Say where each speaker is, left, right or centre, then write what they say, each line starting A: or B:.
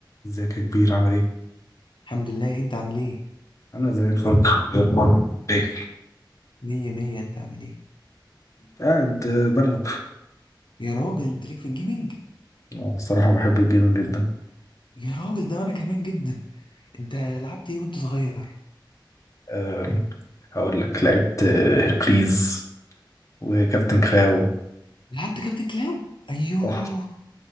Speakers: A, on the left (about 40°); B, on the left (about 75°).
A: ازيك يا كبير عامل ايه؟
B: الحمد لله انت عامل ايه
A: انا زي الفل إيه اخبارك؟ ايه
B: مية مية انت عامل ايه
A: قاعد آه، بلعب
B: يا راجل انت ليك في الجيمنج
A: أنا الصراحة بحب الجيمنج جدا
B: يا راجل ده انا كمان جدا انت لعبت ايه وانت صغير
A: آه، هقول لك لعبت آه، هيركليز وكابتن كلاو
B: لعبت كابتن كلاو ايوه
A: آه،